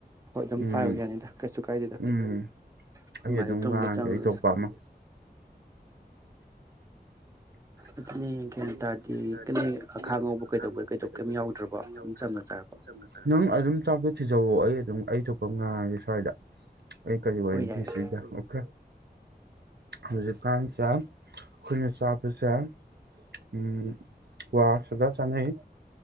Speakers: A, on the right; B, on the right.
A: ꯍꯣꯏ ꯑꯗꯨꯝ
B: ꯎꯝ
A: ꯄꯥꯏꯕ ꯌꯥꯅꯤꯗ ꯀꯩꯁꯨ ꯀꯥꯏꯗꯦꯗ
B: ꯎꯝ
A: ꯑꯩꯈꯣꯏ
B: ꯑꯩ
A: ꯃꯥꯗꯤ
B: ꯑꯗꯨꯝ
A: ꯇꯨꯝꯕ
B: ꯉꯥꯡꯉꯒꯦ
A: ꯆꯪꯈ꯭ꯔꯦ
B: ꯑꯇꯣꯞꯄ ꯑꯃ <unintelligible>
A: ꯑꯗꯨꯅꯦ ꯒ꯭ꯌꯥꯟ ꯇꯥꯗꯦ ꯅꯣꯏ ꯑꯈꯥ ꯉꯧꯕ ꯀꯩꯗꯧꯕꯩ ꯀꯩꯗꯧ ꯀꯩꯝ ꯌꯥꯎꯗ꯭ꯔꯕꯣ ꯑꯗꯨꯝ ꯆꯝꯅ ꯆꯥꯔꯕꯣ
B: ꯅꯪ ꯑꯗꯨꯝ ꯆꯥꯛꯇꯣ ꯊꯤꯖꯧꯑꯣ ꯑꯩ ꯑꯩ ꯊꯣꯛꯄ ꯉꯥꯒꯤ ꯁ꯭ꯋꯥꯏꯗ ꯑꯩ ꯀꯔꯤ
A: ꯍꯣꯏ ꯌꯥꯏꯌꯦ
B: ꯂꯤꯁꯤꯒꯦ ꯑꯣꯀꯦ ꯍꯧꯖꯤꯛꯀꯥꯟꯁꯦ ꯑꯩꯈꯣꯏꯅ ꯆꯥꯕꯁꯦ ꯎꯝ ꯀꯋꯥ ꯁꯗ ꯆꯅꯩ